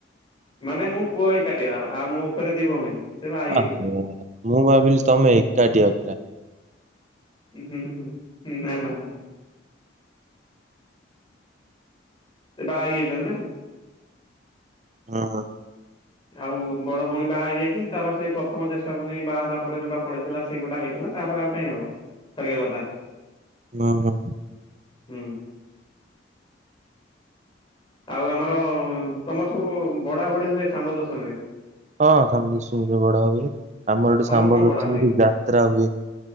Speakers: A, on the left; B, on the right.
A: ମାନେ ମଁ ପୁଅ ହେଇ ଏକାଟିଆ ଆଉ ମୋ ଉପରେ ଦି ଭଉଣୀ। ସେ ବା ହେଇ ଯାଇଛନ୍ତି
B: ଓହୋ ମୁଁ ଭାବିଲି ତମେ ଏକାଠିଆ ପୁରା।
A: ହୁଁ ହୁଁ ନା ନା। ସେ ବାହାହେଇ ଯଇଛନ୍ତି ନା।
B: ହଁ ହଁ।
A: ଆଉ ବୋଉ ବଡ ଭଉଣୀ ବାହା ହେଇଯାଇଛି ତାର ସେଇ ପ୍ରଥମ ଜେଷ୍ଟ ପୁନେଇଁ ବାହାହେଲା ପରେ ଯୋଉଟା ପଡିଥିଲା ସେଇ ଗୋଟା ହେଇଥିଲା। ତାପରେ ଆଉ କାହିଁ ହବ ସରିଗଲା ତାର।
B: ହଁ ହଁ।
A: ହୁଁ। ଆଉ ଆମର ତମର ସବୁ ବଢା ବଢି ହୁଏ ଶମ୍ବ ଦଶମୀରେ।
B: ହଁ ଶବଲକ୍ମୀରେ ବଡା ହୁଏ ଆମର ଏୋଠି
A: ତମର
B: ସାମ୍ବଲଷ୍ମୀ
A: କଣ ବଢା ହୁଏ?
B: ଯାତ୍ରା ହୁଏ।